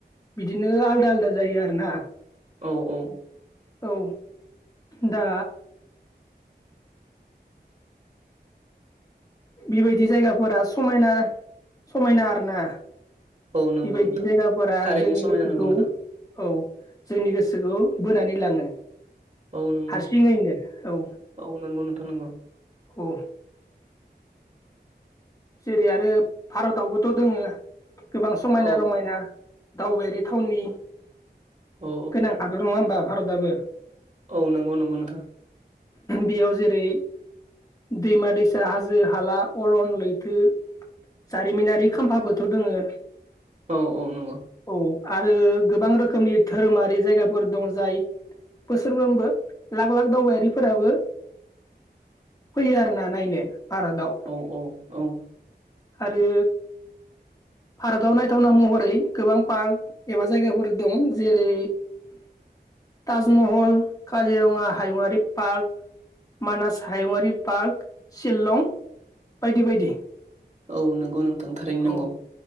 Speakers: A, on the left; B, on the right.
A: बिदिनो आलदा आलदा जायो आरो ना
B: औ औ
A: औ दा बेबायदि जायगाफोरा समायना समायना आरो ना
B: औ नंगौ
A: बेबायदि
B: नोंथां
A: जायगाफोरा
B: थारैनो
A: जोंनि
B: समायना
A: गोसोखौ
B: नंगौ नोंथां
A: औ जोंनि गोसोखौ बोनानै लाङो।
B: औ नंगौ
A: हारसिङैनो औ
B: औ नंगौ नोंथां नंगौ
A: औ जेरै आरो भारतआवबोथ' दङो गोबां समायना
B: औ
A: रमायना दावबायारि थावनि
B: औ औ
A: गोनां हादर नङा होमबा भारतआबो?
B: औ नंगौ नंगौ नोंथां
A: बेयाव जेरै दैमा दैसा हाजो हाला अरन लै थो जारिमिनारि खाम्फाबोथ' दोङो।
B: औ औ नंगौ
A: औ आरो गोबां रोखोमनि धोरोमारि जायगाफोर दं जाय बोसोरफ्रोमबो लाख लाख दावबायारिफोराबो फैयो आरोना नायनो भारतआव।
B: औ औ औ
A: आरो भारताव नायथावना महरै गोबां पार्क एबा जायगाफोर दं जेरै ताजमहल, काजिरङा हायुङारि पार्क मानास हायुंङारि पार्क सिललं बायदि बायदि।
B: औ नंगौ नोंथां थारैनो
A: औ
B: नंगौ।